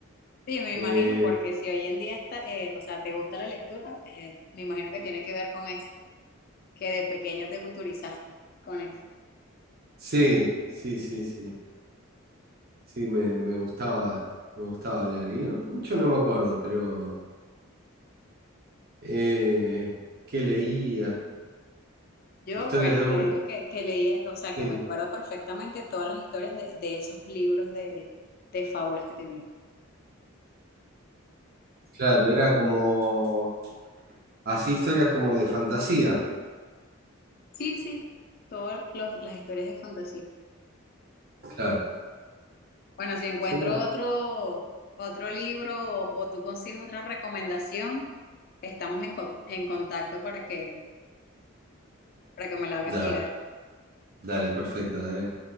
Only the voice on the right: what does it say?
Eh,
sí, sí, sí, sí. Sí, me, me gustaba, me gustaba leer. Y no- mucho no me acuerdo, pero eh, ¿qué leía?
Historias
de hombre.
Sí,
claro, era como así historias como de fantasía.
Claro.
Son como-
Dale,
dale, perfecto, David.